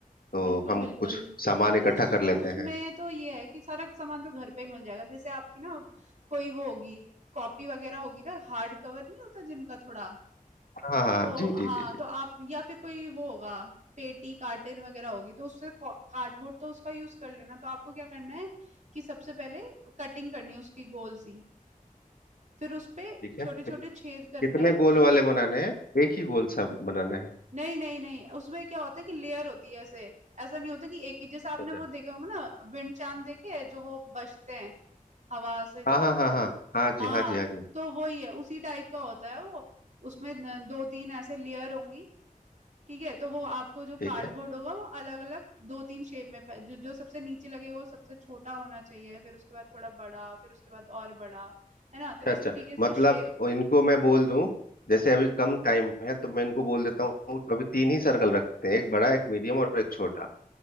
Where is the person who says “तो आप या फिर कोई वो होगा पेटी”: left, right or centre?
Right